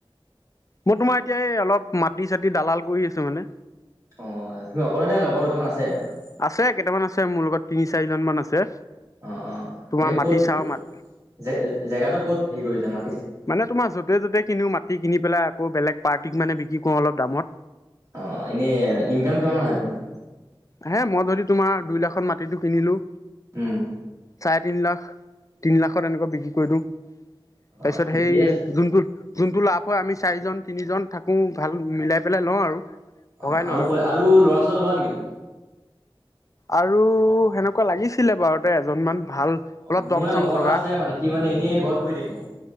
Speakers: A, on the left; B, on the right.
A: মই তোমাৰ এতিয়া এই অলপ মাটি চাটি দালাল কৰি আছো মানে।
B: অ', তুমি অকলে নে লগৰ দুটামান আছে আৰু?
A: আছে কেইটামান আছে মোৰ লগত তিনি চাৰিজন মান আছে।
B: অ অ
A: তোমাৰ
B: এনে
A: মাটি
B: ক'ত
A: চাওঁ মাত
B: জে-জেগাটো ক'ত হেৰি কৰিছে মা
A: মানে তোমাৰ য'তে য'তে কিনিও মাটি কিনি পেলাই আকৌ বেগ পাৰ্টিক মানে বিক্ৰী কৰোঁ অলপ দামত।
B: অ, এনেই ইনকাম কিমান হয় তোমাৰ?
A: হে মই যদি তোমাৰ দুই লাখত মাটিটো কিনিলো।
B: উম।
A: চাৰে তিন লাখ, তিন লাখৰ এনেকুৱা বিক্ৰী কৰি দিওঁ। তাৰপিছত
B: অ' ঠিকেই
A: সেই
B: আছে।
A: যোনটো, যোনটো লাভ ও আমি চাৰিজন তিনিজন থাকোঁ ভাল মিলাই পেলাই লওঁ আৰু। ভগাই
B: অ',
A: লওঁ
B: আৰু আৰু ল'ৰা ছাল লোৱা নেকি তুমি?
A: আৰু সেনেকুৱা লাগিছিলে বাৰু তে এজনমান। ভাল অলপ
B: অ', মোৰ
A: দম
B: এ
A: চম
B: লগৰ
A: থকা
B: এটা আছে মানে সি মানে এনেই ঘৰত বহি থাকে। অ',